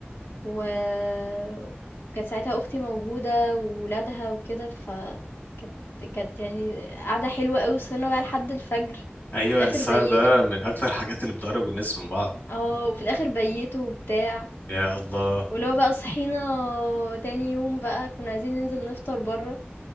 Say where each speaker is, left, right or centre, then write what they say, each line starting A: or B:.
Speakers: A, on the left (about 65°); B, on the left (about 50°).
A: وكانت ساعتها أختي موجودة وولادها وكده فكانت كانت يعني قعدة حلوة أوي وسهرنا بقى لحد الفجر
B: ايوه
A: في الآخر
B: السهر
A: بيتوا
B: ده من اكتر الحاجات اللي بتقرب الناس من بعض
A: اه وفي الآخر بيتوا وبتاع
B: يا الله
A: ولو بقى صحينا تاني يوم بقى كنا عايزين ننزل نفطر برا